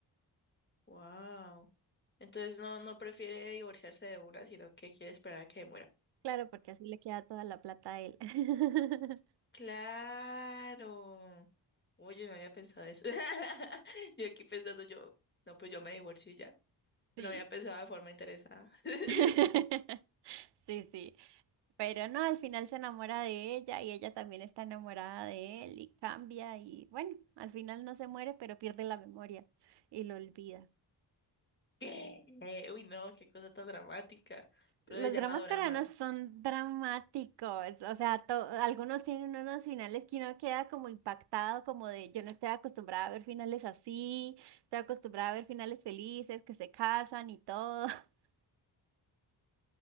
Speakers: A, on the left; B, on the right.
A: wow. Entonces no, no prefiere divorciarse de una, sino que quiere esperar a que muera.
B: Claro, porque así le queda toda la plata a él. <laughs>
A: Claro. Oye, no había pensado eso. <laughs> Yo aquí pensando yo, no, pues yo me divorcio y ya.
B: Sí.
A: No había pensado de forma interesada. <laughs>
B: <laughs> Sí, sí. Pero no, al final se enamora de ella y ella también está enamorada de él y cambia y bueno, al final no se muere, pero pierde la memoria y lo olvida.
A: ¿Qué? Uy, no, qué cosa tan dramática. Pero
B: Los
A: se llama
B: dramas
A: dorama.
B: coreanos son dramáticos, o sea, to- algunos tienen unos finales que uno queda como impactado, como de yo no estoy acostumbrada a ver finales así, estoy acostumbrada a ver finales felices, que se casan y todo. <laughs>